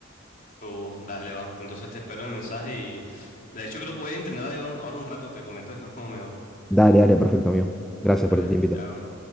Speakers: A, on the left; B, in the centre.
A: Oh, dale, va. Entonces te espero el mensaje y... De hecho, creo que voy a entrenar ahí ahora un rato. Te comento después cómo me va.
B: Dale, dale, perfecto, amigo. Gracias
A: Dale,
B: por este tiempito.
A: chao.